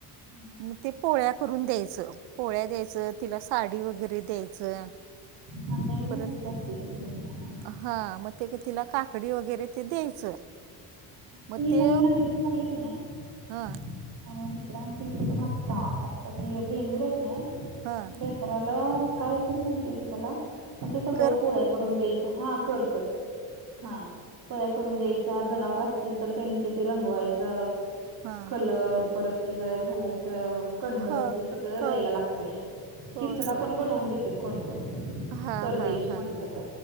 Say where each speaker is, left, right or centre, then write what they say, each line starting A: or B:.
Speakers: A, on the right; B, on the right.
A: हम्म.
B: मग ते पोळ्या करून द्यायचं, पोळ्या द्यायचं तिला साडी वगैरे द्यायचं.
A: हां नवीन
B: परत
A: नवरीच असते की हो हो.
B: हा मग ते तिला काकडी वगैरे ते द्यायचं.
A: तुम्ही
B: मग ते
A: नवीन नवरीच म्हनल की नाय अ
B: हा
A: हीकड आमच्या हीकड पण आत्ता आता ही बेंदूर आहे की नाही
B: हा.
A: बेंद्राला कायतरी म्हणत्याती त्याला पण ते सगळं
B: कर
A: पोळ्या करून द्यायचं हा कर कर हा. पोळ्या करून द्यायच्या, जनावर असतील तर त्यांचे ते रंगवायच,
B: हा
A: कलर परत ती गळ्यात घालायचं कंड
B: हा
A: ते सगळं
B: हा
A: द्यायला लागतय,
B: होय
A: किचडा
B: होय
A: पण बनवून
B: होय
A: देत कोण कोण
B: हा
A: कर
B: हा
A: द्यायचे
B: हा
A: म्हणलं तर